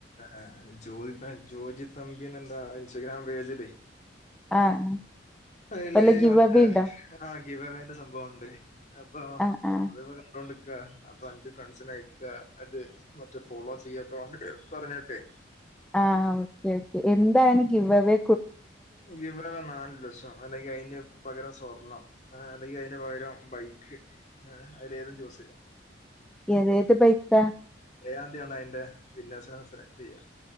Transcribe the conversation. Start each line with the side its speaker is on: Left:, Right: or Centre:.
Left: അ ജോജി ജോജി തമ്പിന്ന എന്താ ഇൻസ്റ്റഗ്രാം പേജല്ലേ
Centre: ആഹ്
Left: അല
Centre: വല്ല ഗിവ്
Left: മറ്റേ
Centre: അവേ ഉണ്ടോ
Left: ആഹ ഗീവവേ വേന്റെ സംഭവണ്ട് അപ്പൊ
Centre: ആഹ് ആഹ്
Left: അപ്പ കണ്ടോൊണ്ട്ക്ക അപ്പൊ അഞ്ച് ഫ്രണ്ട്സിനെ അയക്ക അ മറ്റേ ഫോളോ ചെയ്യക്കെ വേണ്ടി് പറഞ്ഞട്ടെ
Centre: ആഹ് ഓക്കെ ഓക്കെ എന്താണ്വഗീവവേ
Left: ഗീവവേ നാല് ലക്ഷം അല്ലെങ്കിൽ അതിന് പകരം സ്വർണം അല്ലെങ്കിൽ അതിന് പകരം ബൈക്ക്ഹേ അതില ഏതും ചൂസ് ചെയ്യ
Centre: ഏതഏത് ബൈക്ക
Left: ഏഴാന്തിയാണ് അതിന്റെ വിന്യസിനെ സെലക്ട് ചെയ്യ